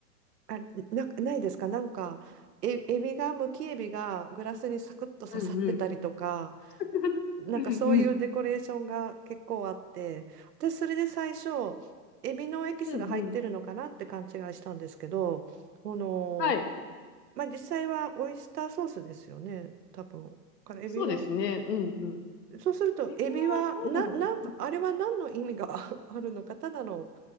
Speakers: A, on the right; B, on the left.
A: あ、な、ないですかなんか、え、エビが、むきエビがグラスにサクッと刺さってたりとか。
B: うんうん。<laughs>
A: なんかそういうデコレーションが結構あって、
B: うんうん。
A: 私それで最初、エビのエキスが入ってるのかなって勘違いしたんですけど、
B: うんうん。
A: この、
B: はい。
A: まあ実際はオイスターソースですよね、多分。からエビは、
B: そうですね。うんうん。
A: そうするとエビは、
B: レビューはどうだろ
A: な、なんか、あれは何の意味が <laughs> あるのか、ただの